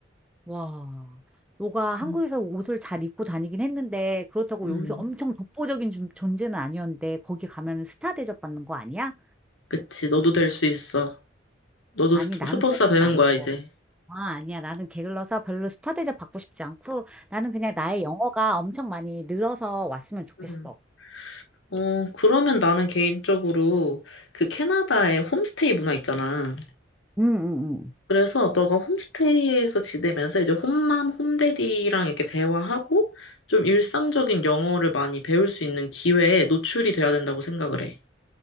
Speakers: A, in the centre; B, on the left.
A: 와. 너가 한국에서
B: 음,
A: 옷을 잘 입고 다니긴 했는데, 그렇다고
B: 음.
A: 여기서 엄청 독보적인 준- 존재는 아니었는데, 거기 가면 스타 대접받는 거 아니야?
B: 그치, 너도 될 수 있어. 너도
A: 아니,
B: 스-
A: 나는
B: 슈퍼스타
A: 그렇진
B: 되는
A: 않았고.
B: 거야, 이제.
A: 아, 아니야. 나는 게을러서 별로 스타 대접 받고 싶지 않고, 나는 그냥 나의 영어가 엄청 많이 늘어서 왔으면 좋겠어.
B: 음. 어, 그러면 나는 개인적으로 그 캐나다의 홈스테이 문화 있잖아.
A: 응, 응, 응.
B: 그래서 너가 홈스테이에서 지내면서 이제 홈맘, 홈데디랑 이렇게 대화하고 좀 일상적인 영어를 많이 배울 수 있는 기회에 노출이 돼야 된다고 생각을 해.